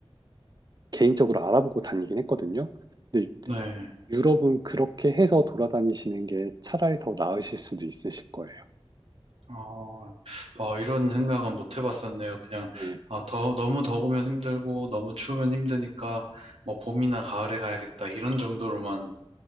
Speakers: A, on the right; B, on the right.
A: 개인적으로 알아보고 다니긴 했거든요. 근데
B: 네.
A: 유럽은 그렇게 해서 돌아다니시는 게 차라리 더 나으실 수도 있으실 거예요.
B: 어, 어, 이런 생각은 못 해봤었네요. 그냥,
A: 네.
B: 아, 더, 너무 더우면 힘들고, 너무 추우면 힘드니까, 뭐, 봄이나 가을에 가야겠다. 이런 정도로만